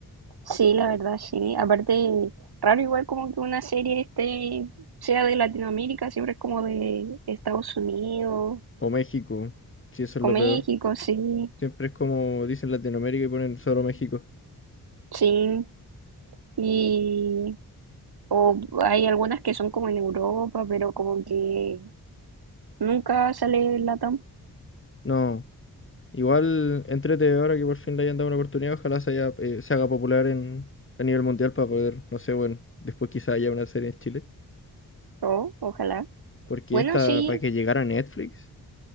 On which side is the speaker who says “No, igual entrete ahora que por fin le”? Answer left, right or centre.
Left